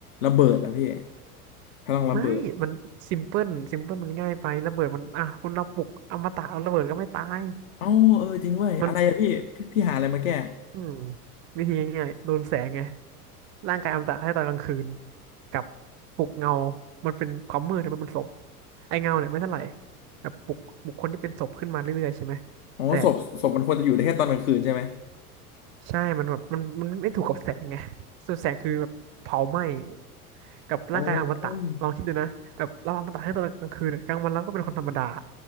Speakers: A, on the left; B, on the right.
A: ระเบิดอะพี่พลังระเบิด
B: ไม่ มันซิมเพิลซิมเพิลมันง่ายไประเบิดมัน อ่ะคนเราปลุกอมตะเอาระเบิดก็ไม่ตาย
A: เอ้าเออจริงเว้ยอะไรอะพี่พี่พี่หาอะไรมาแก้
B: มัน อืม วิธีง่ายๆโดนแสงไง ร่างกายอมตะให้ตอนกลางคืน กับปลุกเงา มันเป็นความมืดแต่มันเป็นศพไอ้เงาเนี่ยไม่เท่าไหร่แบบปลุกปลุกคนที่เป็นศพขึ้นมาเรื่อยๆใช่ไหม
A: อ๋อศพศพมันควรจะอยู่ได้แค่ตอนกลางคืนใช่ไหม
B: แต่ ใช่ มันแบบมันมันไม่ถูกกับแสงไงส่วนแสงคือแบบเผาไหม้กับร่างกายอมตะลองคิดดูนะแบบเราอมตะให้ตอนกลางคืนกลางวันเราก็เป็นคนธรรมดา
A: อ๋อ